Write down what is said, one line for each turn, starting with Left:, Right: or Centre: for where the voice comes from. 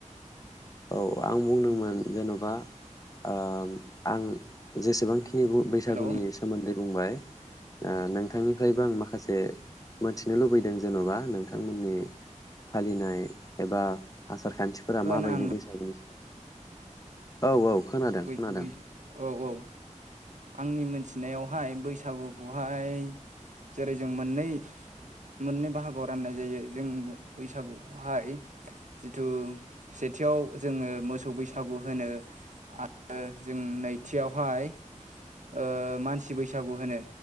Left: औ आं बुंदोंमोन जेनबा ओम आं जेसेबांखि नि बु बैसागुनि
Right: हेलौ
Left: सोमोन्दै बुंबाय ओ नोंथांनिफ्रायबो आं माखासे मोनथिनो लुबैदों जेनबा नोंथांमोननि फालिनाय एबा आसार खान्थिफोरा
Right: होन
Left: माबायदि?
Right: आं
Left: <unintelligible> खोनादों
Right: बै
Left: खोनादों
Right: बै औ औ आंनि मोनथिनायावहाय बैसागुखौहाय जेरै जों मोननै मोननै बाहागोआव राननाय जायो जों बैसागुखौहाय जिथु सेथियाव जोङो मोसौ बैसागु होनो। आरो जों नैथियावहाय ओ मानसि बैसागु होनो।